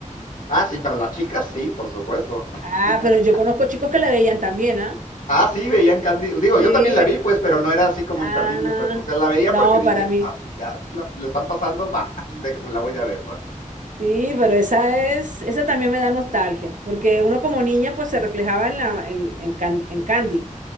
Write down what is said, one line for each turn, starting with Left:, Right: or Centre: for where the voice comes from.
Left: Ah, sí, para las chicas, sí, por supuesto. <laughs>
Right: Ah, pero yo conozco chicos que la veían también, ¿ah?
Left: Ah, sí, veían Candy. Digo,
Right: Sí,
Left: yo también la vi, pues, pero no era así como
Right: ah,
Left: imperdible, pues. O sea, la veía
Right: no,
Left: porque dije,
Right: para mí.
Left: ah, pues ya, la, la están pasando, va, <laughs> de- la voy a ver, ¿no?
Right: Sí, pero esa es, esa también me da nostalgia, porque uno como niña pues se reflejaba en la, en, en Can- en Candy.